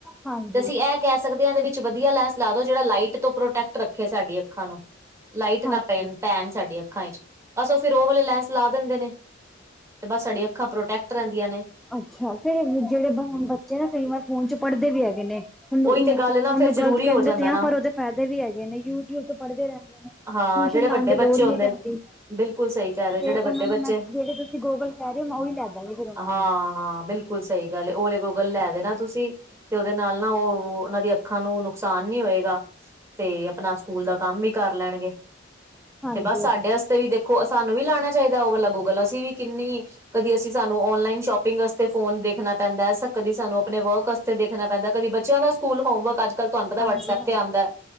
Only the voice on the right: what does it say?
ਤੇ
ਅਸੀਂ ਐ ਕਹਿ ਸਕਦੇ ਆਂ ਇਹਦੇ ਵਿੱਚ ਵਧੀਆ ਲੈਂਸ ਲਾ ਦੋ ਜਿਹੜਾ ਲਾਈਟ ਤੋਂ ਪ੍ਰੋਟੈਕਟ ਰੱਖੇ ਸਾਡੀ ਅੱਖਾਂ ਨੂੰ ਲਾਈਟ ਨਾ
ਪੈਣ ਪੈਣ ਸਾਡੀ ਅੱਖਾਂ ਵਿੱਚ ਬਸ ਉਹ ਫ਼ਿਰ ਉਹ ਵਾਲੇ ਲੈਂਸ ਲਾ ਦਿੰਦੇ ਨੇ। ਤੇ ਬਸ ਸਾਡੀਆਂ ਅੱਖਾਂ ਪ੍ਰੋਟੈਕਟ ਰਹਿੰਦੀਆਂ ਨੇ।
ਉਹੀ ਤੇ ਗੱਲ ਨਾ ਫੇਰ ਜ਼ਰੂਰੀ
ਹੋ ਜਾਂਦਾ
ਨਾ
ਹਾਂ
ਜਿਹੜੇ ਵੱਡੇ
ਬੱਚੇ ਹੁੰਦੇ
ਨੇ ਬਿਲਕੁਲ ਸਹੀ ਕਹਿ ਰਹੇ ਹੋ
ਜਿਹੜੇ
ਵੱਡੇ ਬੱਚੇ
ਹਾਂ
ਹਾਂ ਬਿਲਕੁਲ ਸਹੀ ਗੱਲ ਐ ਓਲੇ ਗੋਗਲ ਲੈ ਦੇਣਾ ਤੁਸੀਂ ਤੇ ਉਹਦੇ ਨਾਲ਼ ਨਾ ਉਹ ਉਹਨਾਂ ਦੀ ਅ ਅੱਖਾਂ ਨੂੰ ਨੁਕਸਾਨ ਨੀ ਹੋਏਗਾ ਤੇ ਆਪਣਾ ਸਕੂਲ ਦਾ ਕੰਮ ਵੀ ਕਰ ਲੈਣਗੇ।
ਤੇ ਬਸ ਸਾਡੇ ਵਾਸਤੇ ਵੀ ਦੇਖੋ ਸਾਨੂੰ ਵੀ ਲਾਣਾ ਚਾਹੀਦਾ ਉਹ ਵਾਲਾ ਗੋਗਲ ਅਸੀਂ ਵੀ ਕਿੰਨੀ ਕਦੀ ਅਸੀਂ ਸਾਨੂੰ ਔਨਲਾਈਨ ਸ਼ੋਪਿੰਗ ਵਸਤੇ ਫੋ਼ਨ ਦੇਖ ਦੇਖਣਾ ਪੈਂਦਾ ਸ ਕਦੀ ਸਾਨੂੰ ਆਪਣੇ ਵਰਕ ਵਸਤੇ ਦੇਖਣਾ ਪੈਂਦਾ ਕਦੀ ਬੱਚਿਆਂ ਦਾ ਸਕੂਲ ਹੋਮਵਰਕ ਅੱਜ ਾਨ
ਵਟਸਪ
ਤੇ ਆਂਦਾ